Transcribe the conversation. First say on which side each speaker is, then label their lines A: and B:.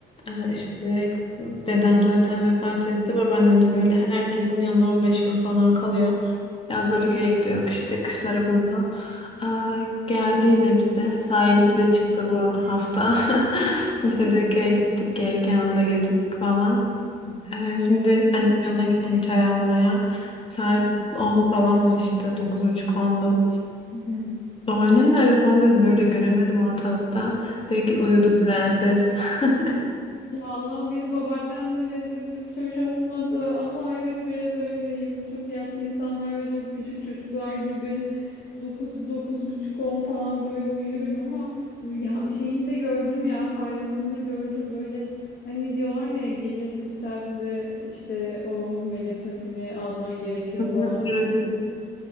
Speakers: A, on the left; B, on the left.
A: Ee, işte dedem zaten vefat etti. Babaannem de böyle herkesin yanında 15 gün falan kalıyor. Yazları köye gidiyor. işte kışları burada. Aa, geldi yine bize. Tayini bize çıktı bu hafta. <laughs> İşte dün köye gittik. Gelirken onu da getirdik falan. Ee, şimdi
B: <laughs>
A: annem yanına gittim çay almaya. Saat 10 falan işte. 9.30-10'du.
B: Hı hı.
A: Babaannem nerede falan dedim böyle göremedim ortalıkta. Dedi ki uyudu prenses. <laughs>
B: Ya Allah'ım beni babaannenle benzetmen hiç hoş olmadı ama evet biraz öyleyim. Çok yaşlı insanlar ve çok küçük çocuklar gibi dokuz dokuz buçuk 10 falan böyle uyuyorum ama ya şeyini de gördüm ya faydasını da gördüm böyle hani diyorlar ya gecenin bir saatinde işte o melatonini alman gerekiyor
A: Hı hı,
B: falan
A: Evet, evet.